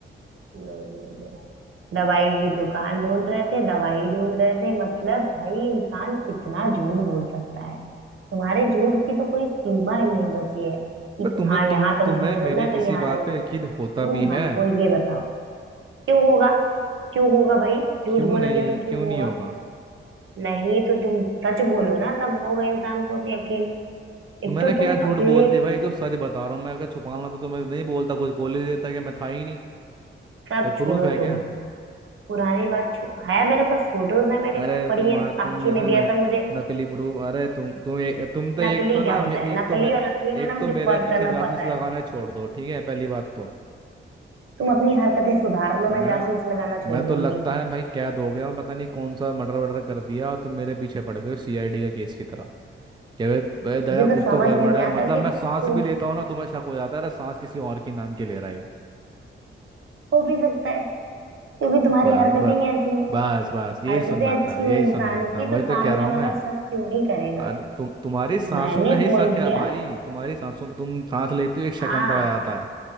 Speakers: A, on the right; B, on the right.
A: लो लो लो दवाई की दुकान ढूंढ रहे थे दवाई ढूंढ रहे थे मतलब भाई इंसान कितना झूठ बोल सकता है तुम्हारे झूठ की तो कोई सीमा ही नहीं बची है कि
B: बट तुम्हें
A: हाँ
B: तुम
A: यहाँ तक
B: तुम्हें
A: झूठ बोलना
B: मेरी
A: है,
B: किसी
A: फिर यहाँ
B: बात
A: तक
B: पे यकीन होता
A: तुम
B: भी है
A: हमको ये बताओ क्यों होगा क्यों होगा भाई झूठ
B: क्यों
A: बोलोगे
B: नहीं
A: तो क्यों
B: क्यों
A: होगा
B: नहीं होगा
A: नहीं तो तुम सच बोलो ना तब होगा इंसान को भी यकीन एक
B: तो मैंने
A: तो
B: क्या
A: तुम
B: झूठ
A: अकेले
B: बोल दिया भाई तो सच बता रहा हूँ मैं अगर छुपाना तो तुम्हें नहीं बोलता कुछ बोल ही देता कि मैं था ही नहीं
A: सब
B: भाई
A: छोड़ो
B: प्रूफ है क्या
A: तुम पुरानी बात छो- है मेरे पास फोटोज है मेरे
B: अरे
A: पड़ी
B: तुम्हारे
A: है साक्षी
B: तुम ऐसे
A: ने दिया
B: न,
A: था मुझे
B: नकली प्रूफ अरे तुम तुम ए, तुम तो
A: नकली
B: एक तो ना
A: क्या होता
B: मे- एक
A: है नकली
B: तो मैं
A: और असली
B: एक
A: में ना मुझे
B: तो मेरे
A: फर्क
B: पीछे
A: करना
B: जासूस
A: पता
B: लगाना
A: है
B: छोड़ दो ठीक है पहली बात तो
A: तुम अपनी हरकतें सुधार लो मैं
B: मैं
A: जासूस लगाना छोड़
B: मैं
A: दूंगी
B: तो लगता है भाई कैद हो गया मैं पता नहीं कौन सा मर्डर वर्डर कर दिया और तुम मेरे पीछे पड़ गए सीआईडी का केस की तरह कि बे बे दया
A: मुझे तो
B: कुछ
A: समझ
B: तो गड़बड़
A: में नहीं
B: है
A: आता
B: मतलब
A: कि
B: मैं सांस
A: तुम
B: भी लेता हूँ ना तुम्हें शक हो जाता है अरे सांस किसी और के नाम की ले रहा है ये।
A: हो भी सकता है क्योंकि तुम्हारी
B: बस
A: हरकतें
B: बस
A: ही ऐसी हैं
B: बस बस यही
A: हरकतें
B: सुनना
A: अच्छी
B: था यही
A: हो इंसान
B: सुनना था
A: की
B: वही
A: तो सामने
B: तो कह रहा हूँ मैं
A: वाला शक क्यों ही करेगा
B: अरे तुम तुम्हारी सांसों
A: मैंने
B: में ही
A: फोन
B: शक है
A: किया
B: भाई तुम्हारी सांसों में तुम सांस लेते हो एक शक
A: हाँ
B: अंदर आ जाता है